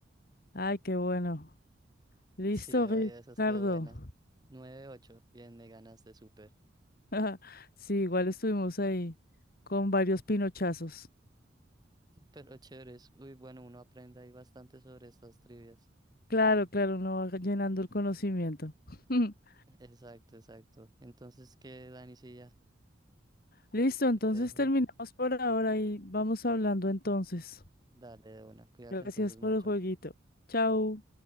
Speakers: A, on the left (about 50°); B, on the right (about 20°).
A: Ay, qué bueno. Listo,
B: Sí, oye,
A: Ricardo.
B: esa estuvo buena. Nueve ocho, bien, me ganaste súper.
A: <laughs> Sí, igual estuvimos ahí con varios pinochazos.
B: Pero chéveres, uy, bueno, uno aprende ahí bastante sobre estas trivias.
A: Claro, claro, uno va llenando el conocimiento. <laughs>
B: Exacto, exacto. Entonces, ¿qué, Dani? Sí, ya
A: Listo, entonces
B: te dejo.
A: terminamos por ahora y vamos hablando entonces.
B: Dale de una, cuídate
A: Gracias
B: entonces
A: por
B: mucho.
A: el jueguito. Chao.